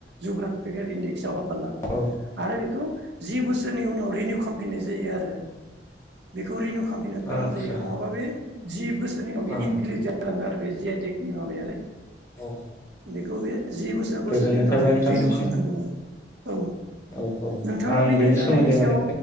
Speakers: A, on the right (about 75°); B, on the left (about 15°).
A: जुग्राफिकेल इडिके हाबोला
B: औ
A: आरो बेखौ जि बु नि उनाव रिनिउ खालामफिननाय जायो आरो बेखौ रिनिउ खामफैनो गोनां
B: आदसा
A: जायो नङाबा बे जि बोसो <unintelligible>
B: औ
A: जालाङो आरो। बे जि आइ टेक नि माबयालै
B: औ।
A: बेखौ बे जि बोसोर बोसोरनि
B: गोजोननाय
A: उनाव
B: थाबाय
A: जों
B: नोंथांनिसिम
A: रिनिउ खालामनांगौमोन औ
B: औ औ
A: नोंथाङा
B: आं
A: बिनि
B: बेनि
A: जानायनि
B: सोमोन्दै
A: सायाव
B: माने